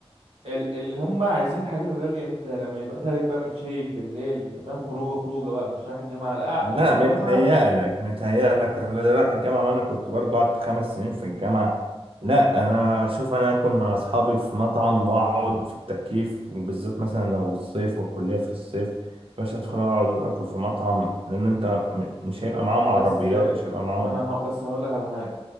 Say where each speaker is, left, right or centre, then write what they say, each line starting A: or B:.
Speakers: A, on the right; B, on the right.
A: ال اللي هم عايزين الحاجات الغالية امتى لما يبقى خارج بقى متشيك بالليل انت فاهم خروجه خروجه بقى مش رايح الجامعة لا قاعد-
B: لا
A: رايح
B: متهيألك
A: الجامعة
B: متهيألك اللي رايح الجامعة ما أنا كنت برضو قعدت خمس سنين في الجامعة لا أنا أشوف أنا أكون مع أصحابي في مطعم وأقعد في التكييف وبالذات مثلا لو الصيف والكلية في الصيف باش أدخل أقعد أكل في مطعم لأن أنت م- مش هيبقى معاهم عربيات
A: بس آه،
B: مش هيبقى معاهم
A: ما انا ه... بس هقول لك على حاجة